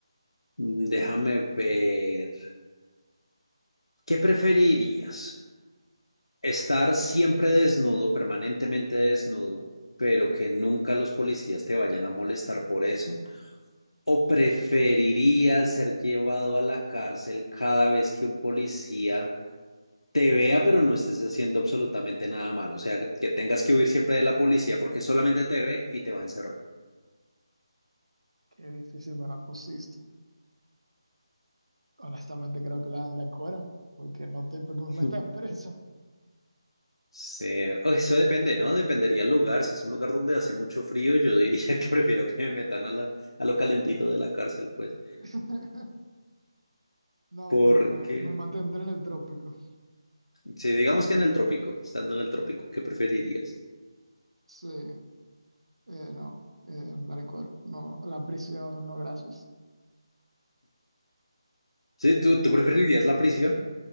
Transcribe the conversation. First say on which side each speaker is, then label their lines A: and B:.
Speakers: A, on the left; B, on the right.
A: mm, déjame ver. ¿Qué preferirías? Estar siempre desnudo, permanentemente desnudo, pero que nunca los policías te vayan a molestar por eso? ¿O preferirías ser llevado a la cárcel cada vez que un policía te vea, pero no estés haciendo absolutamente nada malo? O sea, que tengas que huir siempre de la policía porque solamente te ve y te va a encerrar.
B: Qué difícil me la pusiste. Honestamente creo que la anda en cuero, porque no te porque
A: <laughs>
B: me estás preso.
A: Sí, o eso depende, ¿no? Dependería el lugar. Si es un lugar donde hace mucho frío, yo diría <laughs> que prefiero que me metan a la, a lo calentito de la cárcel, pues.
B: <laughs> No,
A: Porque
B: bueno, me, me mantendré en el trópico.
A: Sí, digamos que en el trópico, estando en el trópico, ¿qué preferirías?
B: Sí, eh, no, eh, andar en cuero. No, la prisión, no, gracias.
A: Sí, ¿tú, tú preferirías la prisión?